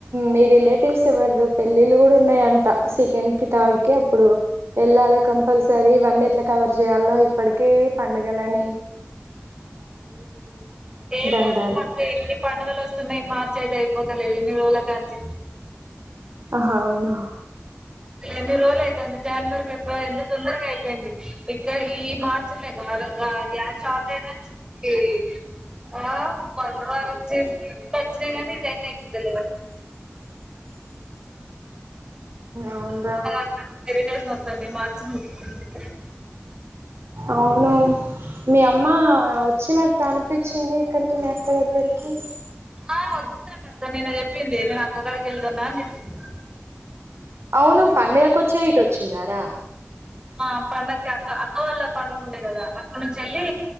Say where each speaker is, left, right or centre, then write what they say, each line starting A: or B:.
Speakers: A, on the right; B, on the right.
A: మీ రిలేటివ్స్ ఎవరు పెళ్ళిళ్ళ కూడా ఉన్నాయంట సెకండ్ కి థర్డ్ కి అప్పుడు వెళ్ళాలి కంపల్సరీ అన్నీట్ కవర్ చేయాలో ఇప్పటికే పండగలుని
B: ఏం లాల
A: అంటాను
B: మాకు ఎన్ని పండుగలు వస్తున్నాయి మార్చద పోతలేదు ఇన్ని రోజుల కంచి
A: ఆహా అవును
B: ఎన్ని రోజులు అవుతుంది జనవరి ఫిబ్రవరీ ఎంత తొందరగా అయిపోయింది ఇక్క ఈ మార్చి యి గ్యాస్ షార్టేజ్ వచ్చింది ఆ వంద వారు వచ్చింది ఇం వచ్చినాయి కానీ ఇదిగ అయిపోతులేదుస
A: అవున్రా
B: <inaudible> విలేజ్ మొత్తాన్ని నాశనం చే <unintelligible> సి పొండిగా
A: అవును మీ అమ్మ వచ్చినట్టు అనిపించింది ఇక్కడికి మా అక్క దగ్గరికి
B: ఆ వచ్చిందండి అక్క నిన్న చెప్పింది నేను అక్క కాడికి వెళ్తున్నా అని చెప్పింది
A: అవును పండగకు వచ్చే ఇటు వచ్చిందా రా
B: ఆ పండక్కి అక్క అక్క వాళ్ళ పండుగ ఉండే కదా అక్కనుంచి ఎళ్లి